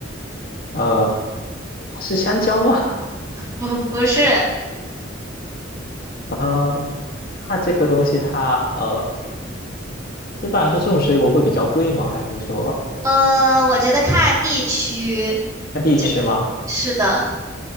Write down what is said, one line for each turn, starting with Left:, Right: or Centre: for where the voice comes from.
Left: 呃，是香蕉吗？
Right: 不不是，
Left: 嗯、那这个东西它呃，一般来说这种水果会比较贵吗？还是说
Right: 呃，我觉得看地区，
Left: 看地区吗？
Right: 就是的。